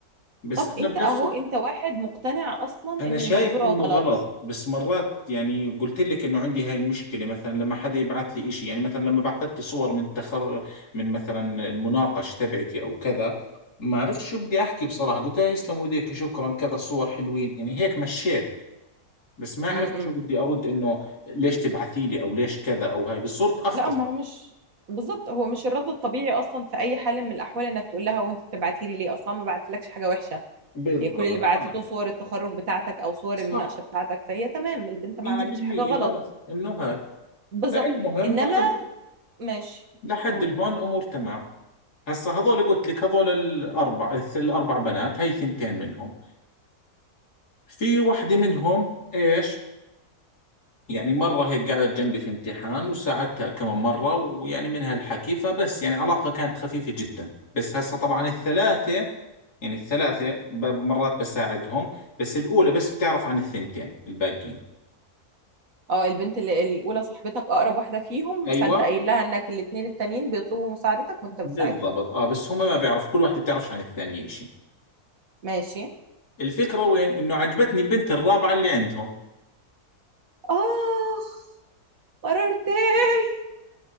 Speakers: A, on the left; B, on the right.
A: بس
B: طب
A: أنا
B: انت
A: بنفس
B: اهو انت واحد مقتنع اصلا
A: انا
B: ان
A: شايف
B: الموضوع
A: انه
B: غلط
A: غلط بس مرات يعني قلت لك انه عندي هاي المشكله مثلا لما حدا يبعث لي إشي يعني مثلا لما بعثت لي صور من تخر من مثلا المناقش تبعتي او كذا ما عرفت شو بدي احكي بصراحه قلت لا يسلم ايديك شكرا كذا الصور حلوين يعني هيك مشيت بس ما
B: م-
A: عرفت شو
B: م.
A: بدي ارد انه ليش تبعثي لي او ليش كذا او هاي بس صرت اختصر
B: لا ما هو مش بالظبط هو مش الرد الطبيعي اصلا في اي حال من الاحوال انك تقول لها وانت بتبعتي لي ليه اصلا ما بعتلكش حاجه وحشه
A: بالضبط
B: هي كل اللي بعتته
A: اه
B: صور التخرج بتاعتك او صور
A: صح
B: المناقشه بتاعتك فهي تمام البنت
A: 100%
B: ما عملتش حاجه غلط
A: اه انه هاي
B: بالظبط
A: فالمهم
B: انما
A: لحد
B: ماشي
A: لحد
B: قول
A: الهون امور تمام هسا هذول قلت لك هذول الاربع الث- الاربع بنات هي ثنتين منهم في وحده منهم ايش يعني مره هيك قعدت جنبي في امتحان وساعدتها كمان مره ويعني منها الحكي فبس يعني علاقه كانت خفيفه جدا بس هسا طبعا الثلاثه يعني الثلاثه ب- مرات بساعدهم بس الاولى بس بتعرف عن الثنتين الباقيين
B: اه البنت اللي الاولى صاحبتك اقرب واحده فيهم
A: ايوه
B: فانت قايل لها انك الاتنين التانيين بيطلبوا مساعدتك وانت
A: بالضبط
B: بتساعدهم
A: اه بس هم ما بيعرف كل واحده بتعرفش عن الثانيه شيء
B: ماشي
A: الفكره وين انه عجبتني البنت الرابعه اللي عندهم
B: اخ قررت <laughs>